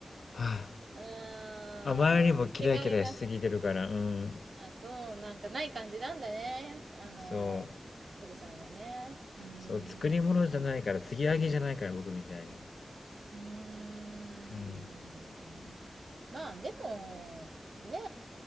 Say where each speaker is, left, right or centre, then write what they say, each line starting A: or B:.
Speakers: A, on the left (about 90°); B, on the right (about 80°).
A: はあ、
B: うーん、
A: あまりにもキラキラしすぎてるから、
B: 汚れが、
A: うん。
B: あ、そう、なんかない感じなんだね。あの、
A: そう。
B: グルさんはね。うーん。
A: そう、作り物じゃないから、継ぎはぎじゃないから、僕みたいに。
B: うーん。
A: うん。
B: まあ、でも、ね